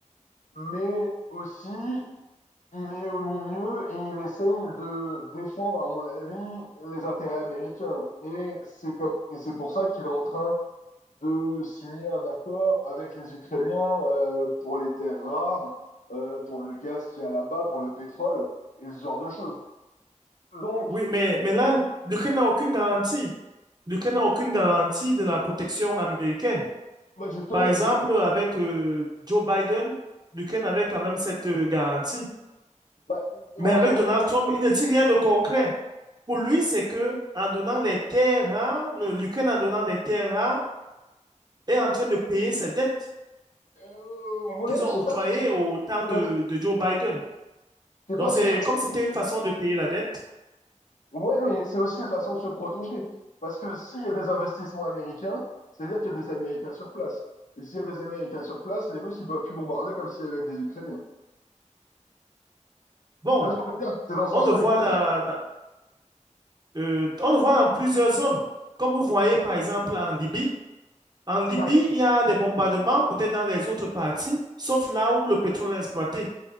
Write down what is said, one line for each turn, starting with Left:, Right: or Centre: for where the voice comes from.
Left: Mais aussi, il est au milieu et il essaye de défendre, à mon avis, les intérêts américains. Et c'est comme, et c'est pour ça qu'il est en train de signer un accord avec les Ukrainiens euh, pour les terres rares, euh, pour le gaz qu'il y a là-bas, pour le pétrole et ce genre de choses. Donc,
Right: Oui, mais, mais là, l'Ukraine n'a aucune garantie. L'Ukraine n'a aucune garantie de la protection américaine.
Left: bah justement,
Right: Par exemple,
Left: c'est-
Right: avec euh, Joe Biden, l'Ukraine avait quand même cette euh, garantie.
Left: bah, oui
Right: Mais avec
Left: et non,
Right: Donald Trump, il ne dit rien de concret. Pour lui, c'est que en donnant les terres rares, le- l'Ukraine en donnant les terres rares est en train de payer ses dettes
Left: Euh, ouais,
Right: qu'ils ont
Left: je sais
Right: octroyées
Left: pas si
Right: au temps
Left: je
Right: de, de Joe Biden.
Left: je sais
Right: Donc
Left: pas
Right: c'est
Left: si je-
Right: comme c'était une façon de payer la dette.
Left: Ouais, mais c'est aussi une façon de se protéger. Parce que s'il y a des investissements américains, c'est-à-dire qu'il y a des Américains sur place. Et s'il y a des Américains sur place, les Russes, ils peuvent plus bombarder comme s'il y avait avec des Ukrainiens.
Right: Bon,
Left: Tu vois ce que je veux dire? C'est dans ce
Right: on
Left: sens-là
Right: le voit
Left: que je dis
Right: dans,
Left: ça.
Right: dans- euh, on le voit dans plusieurs zones. Comme vous voyez par exemple en Libye, En Libye,
Left: Ouais.
Right: il y a des bombardements, peut-être dans les autres parties, sauf là où le pétrole est exploité.